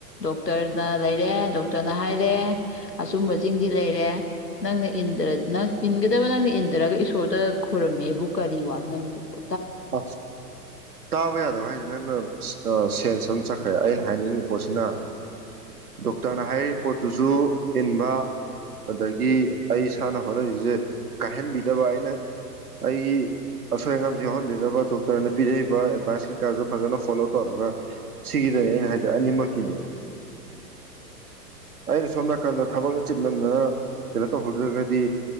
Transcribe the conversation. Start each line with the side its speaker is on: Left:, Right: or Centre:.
Left: ꯗꯣꯛꯇꯔꯅ ꯂꯩꯔꯦ ꯗꯣ ꯇꯅ ꯍꯥꯏꯔꯦ ꯑꯆꯨꯝꯕꯖꯤꯡꯖꯤ ꯂꯩꯔꯦ ꯅꯪꯅ ꯏꯟꯗꯔ ꯅꯪ ꯏꯟꯒꯗꯕ ꯅꯪꯅ ꯏꯟꯗꯔꯒ ꯏꯁꯣꯔꯗ ꯈꯣꯏꯔꯝꯃꯦꯕꯨ ꯀꯔꯤ ꯋꯥꯅꯣ ꯅꯪꯒꯤꯗꯨꯕꯣ
Right: ꯑꯁ ꯇꯥꯕ ꯌꯥꯗꯕ ꯍꯥꯏꯖꯦ ꯅꯪꯅ ꯁ ꯁꯦꯟꯁ ꯑꯃ ꯆꯠꯈ꯭ꯔꯦ ꯑꯩꯅ ꯍꯥꯏꯅꯤꯡ ꯄꯣꯠꯁꯤꯅ ꯗꯣꯛꯇꯔꯅ ꯍꯥꯏꯔꯤꯕ ꯄꯣꯠꯇꯨꯖꯨ ꯏꯟꯕ ꯑꯗꯒꯤ ꯑꯩ ꯏꯁꯥꯅ ꯍꯣꯠꯅꯔꯤꯖꯦ ꯀꯥꯏꯍꯟꯕꯤꯗꯕ ꯑꯩꯅ ꯑꯩꯒꯤ ꯑꯁꯣꯏ ꯑꯉꯥꯝ ꯌꯥꯎꯍꯟꯕꯤꯗꯕ ꯗꯣꯛꯇꯔꯅ ꯄꯤꯔꯛꯏꯕ ꯑꯦꯗꯚꯥꯏꯁ ꯀꯩꯀꯥꯖꯨ ꯐꯖꯅ ꯐꯣꯂꯣ ꯇꯧꯔꯒ ꯁꯤꯒꯤꯗꯅꯦ ꯑꯩꯅ ꯍꯥꯏꯁꯦ ꯑꯅꯤꯃꯛꯀꯤꯅꯦ ꯑꯩꯅ ꯁꯣꯝ ꯅꯥꯀꯟꯗ ꯊꯕꯛꯅ ꯆꯤꯟꯃꯟꯗꯅ ꯀꯩꯅꯣ ꯇꯧꯍꯧꯗ꯭ꯔꯒꯗꯤ